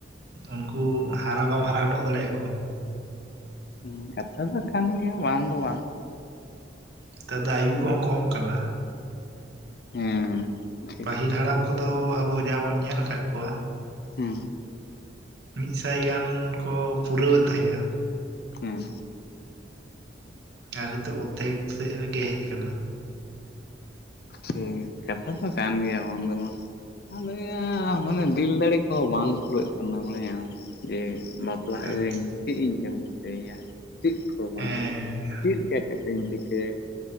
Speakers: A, on the right; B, on the left.
A: ᱩᱱᱠᱩ ᱦᱟᱨᱟ ᱵᱟᱢ ᱦᱟᱨᱟ ᱦᱚᱴᱚᱜ ᱫᱟᱲᱮ ᱟᱠᱚᱣᱟ
B: ᱦᱩᱸ ᱠᱟᱛᱷᱟ ᱫᱚ ᱠᱟᱱ ᱜᱮᱭᱟ ᱵᱟᱝ ᱫᱚ ᱵᱟᱝ
A: ᱱᱮᱛᱟᱨ ᱫᱚ ᱟᱭᱩ ᱠᱚᱦᱚᱸ ᱠᱚᱢ ᱟᱠᱟᱱᱟ
B: ᱦᱮᱸ ᱴᱷᱤᱠ
A: ᱯᱟᱹᱦᱤᱞ ᱦᱟᱲᱟᱢ ᱠᱚᱫᱚ ᱟᱵᱚ ᱡᱟᱦᱟᱵᱚᱱ ᱧᱮᱞ ᱟᱠᱟᱫ ᱠᱚᱣᱟ ᱾
B: ᱦᱩᱸ ᱾
A: ᱢᱤᱫ ᱥᱟᱭ ᱜᱟᱱ ᱠᱚ ᱯᱩᱨᱟᱹᱣᱮᱫ ᱛᱟᱦᱮᱸᱫ ᱟ ᱾
B: ᱦᱩᱸᱻ
A: ᱟᱨ ᱦᱤᱛᱚᱜ ᱚᱨᱫᱷᱮᱠ ᱥᱮᱫ ᱨᱮᱜᱮ ᱦᱮᱡ ᱟᱠᱟᱱᱟ ᱾
B: ᱦᱩᱸ ᱠᱟᱛᱷᱟ ᱫᱚ ᱠᱟᱱ ᱜᱮᱭᱟ ᱵᱟᱝ ᱫᱚ ᱵᱟᱝ ᱾ ᱟᱸᱫᱚᱭᱟ ᱢᱟᱱᱮ ᱫᱤᱞ ᱫᱟᱲᱮ ᱠᱚᱦᱚᱸ ᱵᱟᱝ ᱠᱩᱲᱟᱹᱜ ᱠᱟᱱᱟ ᱵᱟᱲᱟᱭᱟᱢ ᱡᱮ ᱵᱟᱯᱞᱟᱜ
A: ᱟᱪᱪᱷᱟ
B: ᱟᱹᱧ ᱪᱮᱜ ᱤᱧ ᱡᱚᱢ ᱦᱚᱪᱚᱭ ᱭᱟ? ᱪᱮᱫ ᱠᱚ ᱵᱟᱝ
A: ᱦᱮᱸ
B: ᱪᱮᱫ ᱞᱮᱠᱟ ᱠᱟᱛᱤᱧ ᱪᱤᱠᱟᱹᱭᱟ